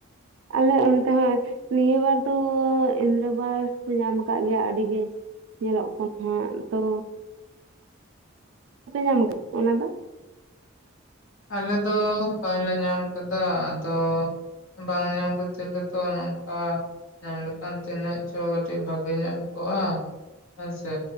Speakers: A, on the right; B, on the left.
A: ᱟᱞᱮ ᱚᱱᱛᱮ ᱦᱚᱸ ᱱᱤᱭᱟᱹ ᱵᱟᱨ ᱫᱚ ᱤᱱᱫᱨᱟᱵᱟᱥ ᱠᱚ ᱧᱟᱢ ᱟᱠᱟᱫ ᱜᱮᱭᱟ ᱟᱹᱰᱤ ᱜᱮ ᱧᱮᱞᱚᱜ ᱠᱟᱱ ᱛᱚ ᱵᱟᱯᱮ ᱧᱟᱢ ᱟᱠᱟᱫᱟ᱾ ᱚᱱᱟ ᱫᱚ
B: ᱟᱞᱮ ᱫᱚ ᱵᱟᱞᱮ ᱧᱟᱢ ᱠᱟᱫᱟ ᱟᱫᱚ᱾ ᱵᱟᱝ ᱧᱟᱢ ᱠᱷᱟᱛᱤᱨ ᱜᱮ ᱛᱚ, ᱱᱚᱝᱠᱟ ᱧᱟᱢ ᱞᱮᱠᱷᱟᱱ ᱛᱤᱱᱟᱹᱜ ᱪᱚ ᱟᱹᱰᱤ ᱵᱷᱟᱹᱜᱤ ᱧᱚᱜ ᱠᱚᱜᱼᱟ᱾ ᱦᱮᱸᱥᱮ